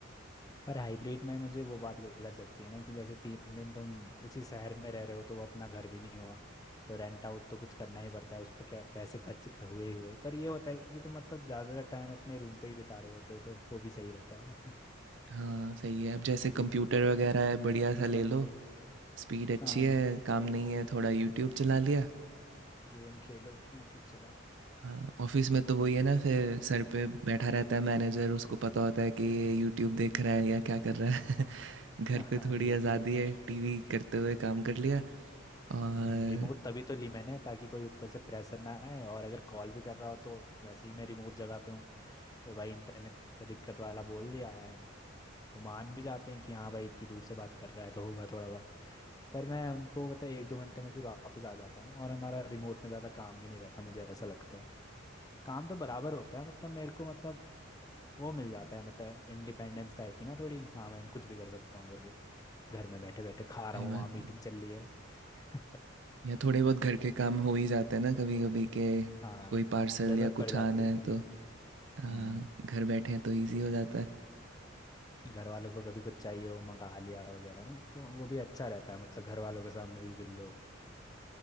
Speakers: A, on the left (about 20°); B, on the right (about 65°).
A: पर हाइब्रिड में मुझे वो बात गलत लगती है ना कि जैसे तीन दिन तुम उसी शहर में रह रहे हो तो वो अपना घर भी नहीं हुआ तो रेंट आउट तो कुछ करना ही पड़ता है उस पे क्या पैसे खर्च क- हुए ही हुए पर ये होता है कि तुम मतलब ज़्यादातर टाइम अपने रूम पे ही बिता रहे होते हो तो वो भी सही रहता है
B: हाँ सही
A: <laughs>
B: है अब
A: ये
B: जैसे
A: तो सही
B: कंप्यूटर
A: चीज़ है
B: वगैरह है बढ़िया सा ले लो स्पीड अच्छी
A: हाँ
B: है काम नहीं है थोड़ा यूट्यूब चला लिया
A: गेम खेलो यूट्यूब चलाओ
B: हाँ ऑफिस में तो वही है ना फिर सर पे बैठा रहता है मैनेजर उसको पता होता है कि ये यूट्यूब देख रहा है या क्या कर रहा है <laughs> घर
A: <laughs>
B: पे
A: हाँ
B: थोड़ी
A: ये
B: आज़ादी
A: भी है
B: है टीवी करते हुए काम कर लिया और
A: हम्म, रिमोट तभी तो ली मैंने ताकि कोई ऊपर से प्रेशर ना आए और अगर कॉल भी कर रहा हो तो वैसे ही मैं रिमोट जगह पे हूँ तो भाई इंटरनेट का दिक्कत वाला बोल दिया एंड वो मान भी जाते हैं कि हाँ भाई इतनी दूर से बात कर रहा है तो होगा थोड़ा बहुत पर मैं उनको पता है एक दो घंटे में फिर वापस आ जाता हूँ और हमारा रिमोट में ज़्यादा काम भी नहीं रहता मुझे ऐसा लगता है काम तो बराबर होता है मतलब मेरे को मतलब वो मिल जाता है मतलब इंडिपेंडेंस टाइप की ना थोड़ी हाँ भाई मैं कुछ भी कर सकता हूँ करके घर में बैठे बैठे खा रहा
B: सही
A: हूँ
B: बात
A: वहाँ मीटिंग
B: है
A: चल रही है <laughs>
B: या थोड़े बहुत घर के काम हो ही जाते हैं ना कभी कभी के
A: हाँ
B: कोई पार्सल
A: जरूरत
B: या
A: पड़
B: कुछ
A: जाती
B: आना है
A: है कभी
B: तो हाँ
A: हम्म
B: घर बैठे हैं तो इजी हो जाता है
A: घर वालों को कभी कुछ चाहिए हो मंगा लिया वगैरह ना तो वो भी अच्छा रहता है मतलब घर वालों के साथ मिलजुल लो